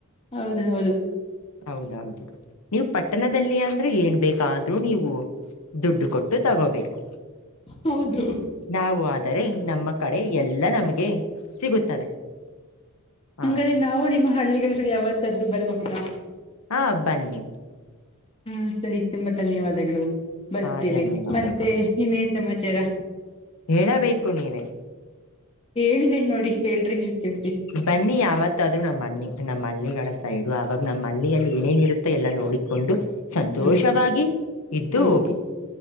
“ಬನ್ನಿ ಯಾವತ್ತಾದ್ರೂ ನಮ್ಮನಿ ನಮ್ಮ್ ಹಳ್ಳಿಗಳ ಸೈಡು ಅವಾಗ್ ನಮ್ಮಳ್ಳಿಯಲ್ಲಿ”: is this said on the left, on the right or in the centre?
Left